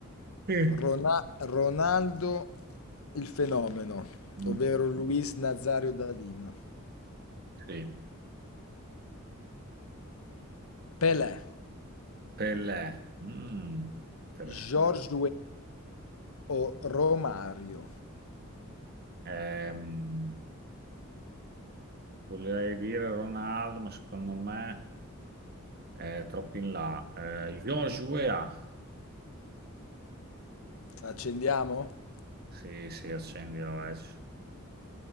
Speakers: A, on the right; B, on the left.
A: Mm.
B: Rona- Ronaldo il fenomeno,
A: Mm,
B: ovvero Luis Nazario da Lima,
A: Sì,
B: Pelé,
A: Pelé. Mm, interessante.
B: George o Romario?
A: Ehm, volevo dire Ronaldo, ma secondo me è troppo in là. Eh, Joshua.
B: Accendiamo?
A: Sì, sì, accendi la vecchia.